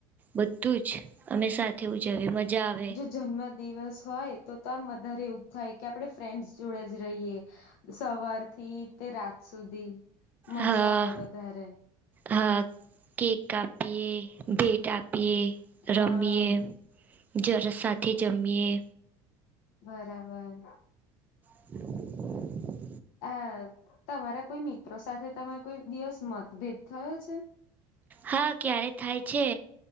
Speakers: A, on the right; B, on the left.
A: બધું જ અમે સાથે ઉજવીએ મજા આવે.
B: જન્મદિવસ હોય તો તો આમ વધારે એવું જ થાય કે આપડે ફ્રેન્ડસ જોડે જ રહીએ. સવારથી તે રાત સુધી, મજા
A: હા
B: આવે વધારે.
A: હા, કેક કાપીએ, ભેટ આપીએ,
B: હા
A: રમીએ જર સાથે જમીએ
B: બરાબર.
A: <inaudible>
B: અ તમારા કોઈ મિત્ર સાથે તમાર કોઈ દિવસ મતભેદ થયો છે?
A: હા, ક્યારે થાય છે.